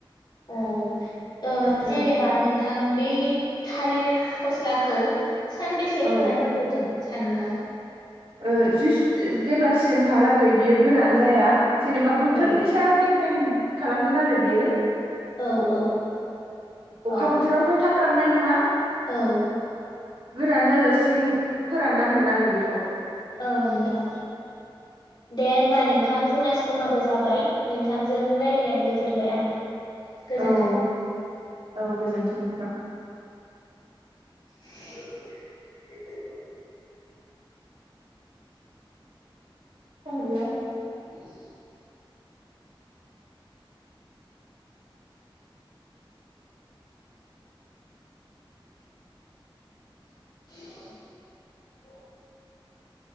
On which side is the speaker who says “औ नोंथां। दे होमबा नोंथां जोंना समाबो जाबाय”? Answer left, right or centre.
Left